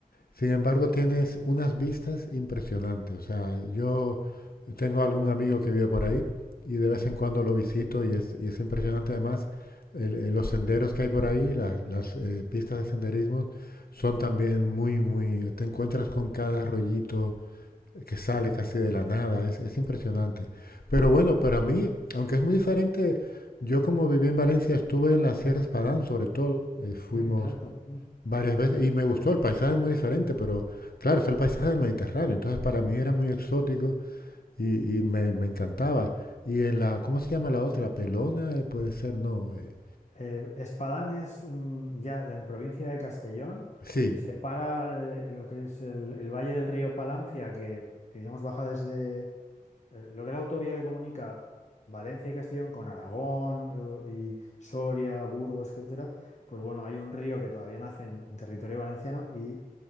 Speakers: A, on the left; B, on the left.
A: sin embargo, tienes unas vistas impresionantes. O sea, yo tengo algún amigo que vive por ahí y de vez en cuando lo visito y es, y es impresionante además el- el- los senderos que hay por ahí, la- las eh, pistas de senderismo son también muy, muy... Te encuentras con cada rollito que sale casi de la nada, es, es impresionante. Pero bueno, para mí, aunque es muy diferente, yo como viví en Valencia estuve en la Sierra Espadán sobre todo, eh, fuimos
B: Exacto.
A: varias veces y me gustó, el paisaje es muy diferente, pero claro, es el paisaje del Mediterráneo, entonces para mí era muy exótico y, y me, me encantaba. Y en la, ¿cómo se llama la otra? Pelona, eh, puede ser, no. eh,
B: Eh, Espadán es mm, ya en provincia de Castellón,
A: sí,
B: separa eh, lo que es el, el valle del río Palancia, que, que, digamos baja desde eh, lo que es la autovía que comunica Valencia y Castellón con Aragón eh, y Soria, Burgos, etcétera. Pues bueno, hay un río que todavía nace en, en territorio valenciano y